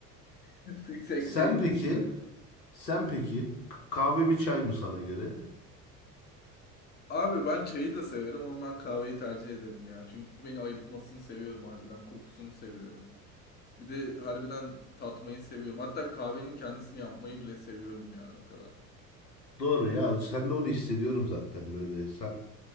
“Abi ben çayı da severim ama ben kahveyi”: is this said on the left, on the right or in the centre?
Left